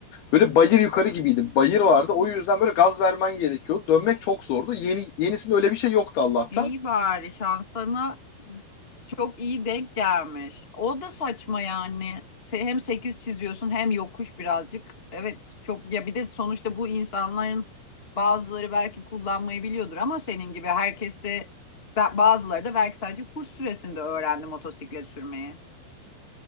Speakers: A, on the left; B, on the left.
A: böyle bayır yukarı gibiydi. Bayır vardı. O yüzden böyle gaz vermen gerekiyordu. Dönmek çok zordu. Yeni yenisinde öyle bir şey yoktu Allah'tan.
B: İyi bari şansına çok iyi denk gelmiş. O da saçma yani. Se- Hem 8 çiziyorsun hem yokuş birazcık. Evet çok ya bir de sonuçta bu insanların bazıları belki kullanmayı biliyordur ama senin gibi herkes de ba- bazıları da belki sadece kurs süresinde öğrendi motosiklet sürmeyi.